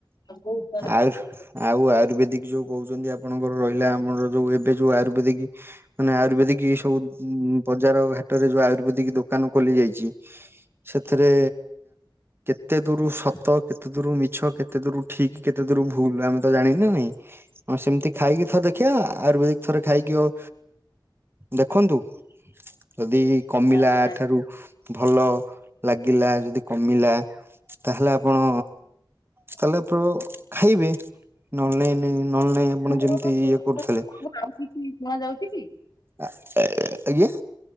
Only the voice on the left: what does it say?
ବହୁତ ସାରା
ଆଜ୍ଞା
ଆଜ୍ଞା
ମୋର
ସ୍ୱର
ଆଉ କିଛି ଶୁଣା ଯାଉଛି କି?